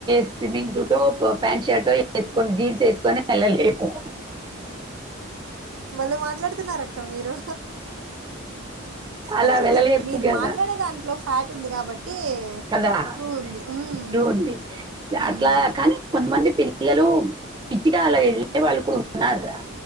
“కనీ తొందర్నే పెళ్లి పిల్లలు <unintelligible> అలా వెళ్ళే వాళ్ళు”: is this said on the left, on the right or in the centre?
Right